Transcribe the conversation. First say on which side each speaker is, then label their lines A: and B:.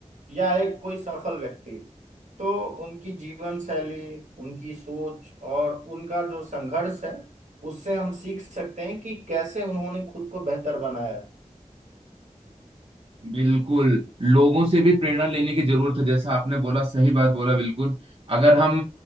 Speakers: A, on the right (about 75°); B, on the right (about 45°).
A: या एक कोई सफल व्यक्ति तो उनकी जीवन शैली उनकी सोच और उनका जो संघर्ष है उससे हम सीख सकते हैं कि कैसे उन्होंने खुद को बेहतर बनाया
B: बिल्कुल लोगों से भी प्रेरणा लेने की जरूरत है जैसा आपने बोला सही बात बोला बिल्कुल अगर हम